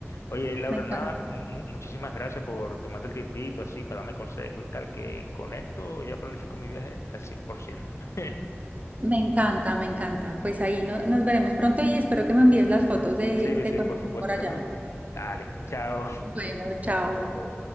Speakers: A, on the left; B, on the right.
A: Oye, Laura,
B: Me encanta.
A: nada, mu- muchísimas gracias por tomarte el tiempito así para darme consejos y tal, que con esto ya planifico mi viaje al cien por ciento <laughs>
B: Me encanta, me encanta. Pues ahí no- nos veremos pronto y espero que me envíes las fotos de,
A: Sí,
B: de
A: sí,
B: cuando
A: por
B: estés
A: supuesto.
B: por allá.
A: ¿no? Dale, chao.
B: Bueno, chao.